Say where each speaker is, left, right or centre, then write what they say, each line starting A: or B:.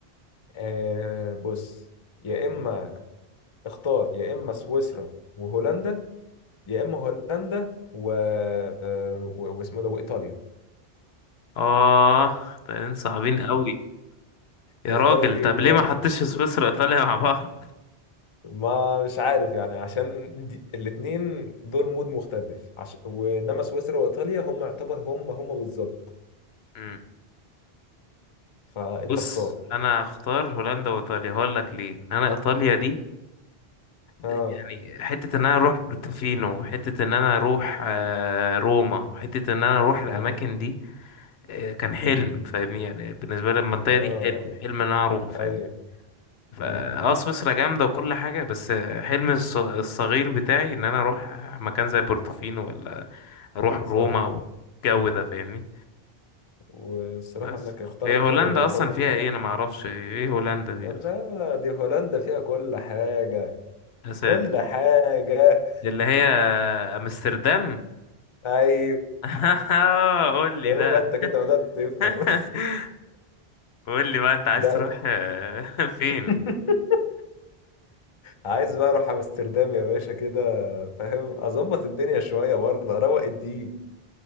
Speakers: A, on the left (about 35°); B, on the left (about 75°).
A: آه بص يا اما اختار يا اما سويسرا وهولندا يا اما هولندا و... آه، و... واسمه ده وايطاليا
B: آه طيارين صعبين قوي يا
A: تختار
B: راجل
A: ايه
B: طب
A: بقى
B: ليه ما <laughs> حطيتش سويسرا وإيطاليا مع بعض
A: ما مش عارف يعني عشان دي... الاتنين دول مود مختلف عش... وانما سويسرا وايطاليا هم يعتبر هم هم بالظبط
B: مم.
A: فانت
B: بص
A: اختار
B: أنا هختار هولندا وإيطاليا هقول لك ليه أنا إيطاليا دي
A: اه
B: يعني حتة إن أنا أروح بورتوفينو حتة إن أنا أروح آه، روما حتة إن أنا أروح الأماكن
A: امم
B: دي آه، كان حلم
A: امم
B: فاهمني يعني بالنسبة لي المنطقة
A: اه
B: دي حلم حلم إن أنا أروح فاهمني
A: ايوه
B: فا
A: امم
B: اه سويسرا جامدة وكل حاجة بس حلم الص- الصغير بتاعي إن أنا أروح مكان زي بورتوفينو ولا أروح روما
A: صح
B: والجو ده فاهمني
A: والصراحه
B: بس
A: انك اخترت
B: هي هولندا اصلا
A: برضو
B: فيها
A: هولندا
B: ايه انا ما اعرفش ايه هولندا دي
A: لا
B: اصلا
A: دي هولندا فيها كل حاجه
B: يا ساتر
A: كل حاجه
B: دي اللي هي امستردام
A: <laughs> ايوه
B: <laughs> قول لي
A: هو
B: بقى
A: انت كده بدات تفهم
B: <laughs>
A: <laughs>
B: قول لي بقى انت عايز
A: ده
B: تروح آه، <laughs> فين
A: <laughs> عايز بقى اروح امستردام يا باشا كده فاهم اظبط الدنيا شويه برضه اروق الدين